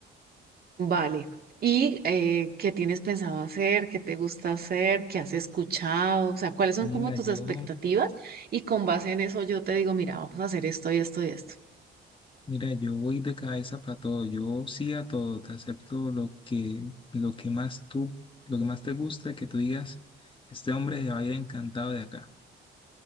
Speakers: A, on the right (about 50°); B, on the left (about 25°).
A: Vale. ¿Y eh, qué tienes pensado hacer? ¿Qué te gusta hacer? ¿Qué has escuchado? O sea, ¿cuáles son
B: Mira,
A: como tus
B: yo,
A: expectativas? Y con base en eso yo te digo, mira, vamos a hacer esto y esto y esto.
B: mira, yo voy de cabeza para todo. Yo sí a todo, te acepto lo que, lo que más tú, lo que más te guste, que tú digas, este hombre se va a ir encantado de acá.